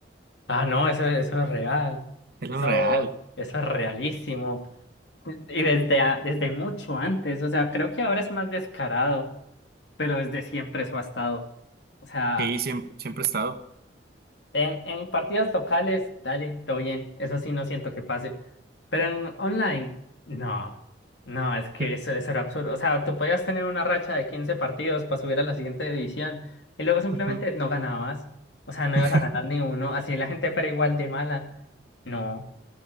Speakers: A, on the left; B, on the right.
A: Ah, no, eso, eso es real.
B: Es
A: Eso,
B: lo real.
A: eso es realísimo. Y desde, a- desde mucho antes, o sea, creo que ahora es más descarado, pero desde siempre eso ha estado. O sea,
B: Sí, siempre, siempre ha estado.
A: en, en partidas locales, dale, todo bien, eso sí no siento que pase. Pero en online, no, no, es que
B: Sí.
A: eso, eso era absurdo. O sea, tú podías tener una racha de 15 partidos para subir a la siguiente división y luego simplemente
B: Ujú.
A: no ganabas. O sea, no
B: <laughs>
A: ibas a ganar ni uno, así la gente fuera igual de mala. No.